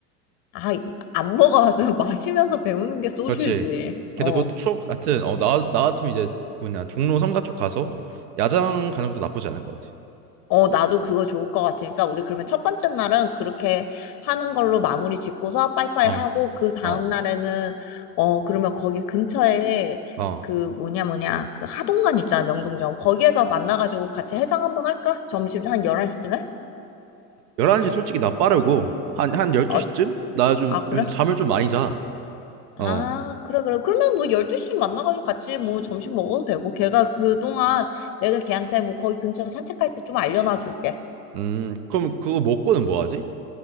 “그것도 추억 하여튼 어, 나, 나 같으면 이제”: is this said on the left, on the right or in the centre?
Right